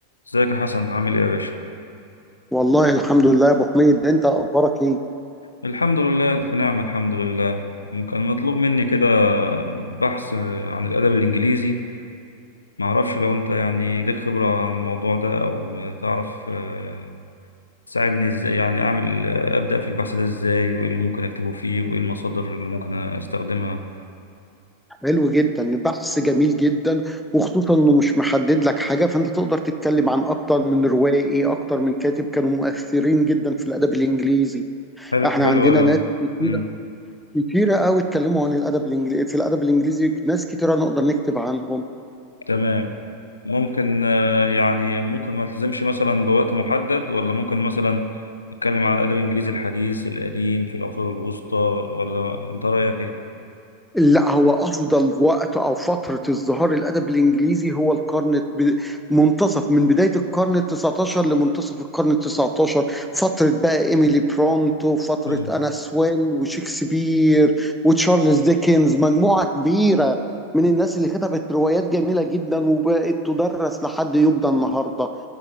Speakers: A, on the left; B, in the centre.
A: ازيك يا حسن عامل ايه يا باشا
B: والله الحمد لله يا ابو حميد انت اخبارك ايه
A: الحمد لله في نعمة الحمد لله يعني كان مطلوب مني كده بحث عن الأدب الإنجليزي معرفش لو انت يعني ليك خبرة عن الموضوع ده او تعرف آه، تساعدني ازاي يعني اعمل آه، أبدأ في البحث ده ازاي وايه اللي ممكن اكتبه فيه وايه المصادر اللي ممكن استخدمها
B: حلو جدا البحث جميل جدا وخصوصا انه مش محدد لك حاجه فانت تقدر تتكلم عن اكتر من روائي اكتر من كاتب كانوا مؤثرين جدا في الادب الانجليزي
A: حلو
B: احنا
A: حلو
B: عندنا
A: أوي.
B: ناس كتيره
A: مم،
B: كتيره قوي اتكلموا عن الادب الانجليزي في الادب الانجليزي ناس كتيره نقدر نكتب عنهم
A: تمام ممكن آه، يعني ممكن ما التزمش مثلا بوقت محدد ولا ممكن مثلا نتكلم على الادب الانجليزي الحديث القديم في العصور الوسطى ولا انت رايك ايه
B: لا هو افضل وقت او فتره ازدهار الادب الانجليزي هو القرن ب- منتصف من بدايه القرن ال 19 لمنتصف القرن ال 19 فتره بقى ايميلي برونتو فتره
A: مم.
B: انا سويل وشكسبير وتشارلز ديكنز مجموعه كبيره من الناس اللي كتبت روايات جميله جدا وبقت تدرس لحد يبدى النهارده